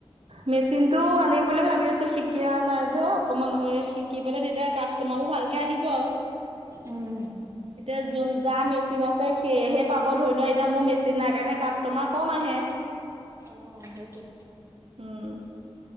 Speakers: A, on the right; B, on the right.
A: মেচিনটো আনিম বুলি ভাবি আছো শিকা নাই যে অকমান শিকি পেলাই তেতিয়া কা ষ্টমাবো ভালকে আহিব আউ।
B: উম।
A: এতিয়া যোন যা মেচিন আছে সেয়েহে পাব ধৰি লোৱা এতিয়া মোৰ মেচিন নাই কাৰণে কাষ্টমা কম আহে।
B: অ সেইটো।
A: উম